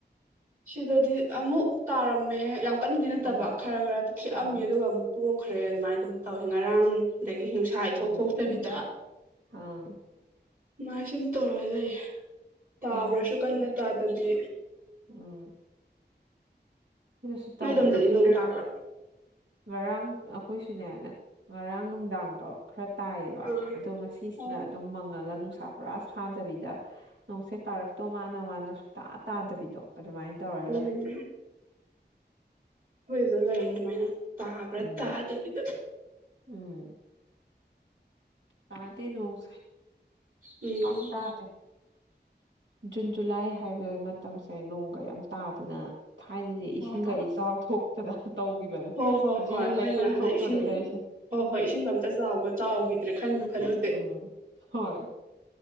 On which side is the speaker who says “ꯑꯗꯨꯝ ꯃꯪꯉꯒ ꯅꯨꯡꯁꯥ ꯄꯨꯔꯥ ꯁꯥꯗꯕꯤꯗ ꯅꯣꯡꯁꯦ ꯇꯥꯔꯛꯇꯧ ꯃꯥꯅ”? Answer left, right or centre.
Right